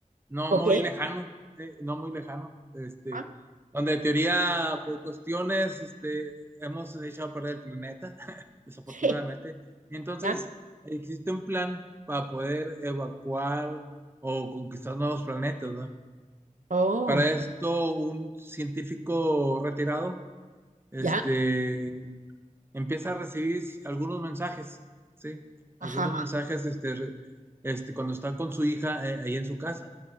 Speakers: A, on the right; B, on the right.
A: no
B: ok.
A: muy lejano, eh, no muy lejano, este,
B: ajá,
A: donde en teoría, por cuestiones, este, hemos hecho a perder el planeta, <laughs> desafortunadamente.
B: <laughs>
A: Entonces,
B: Ya.
A: existe un plan para poder evacuar o conquistar nuevos planetas, ¿verdad?
B: Oh,
A: Para esto, un científico retirado, este,
B: ya.
A: empieza a recibir algunos mensajes, ¿sí? Algunos
B: Ajá,
A: mensajes, este, re- este, cuando está con su hija eh, ahí en su casa.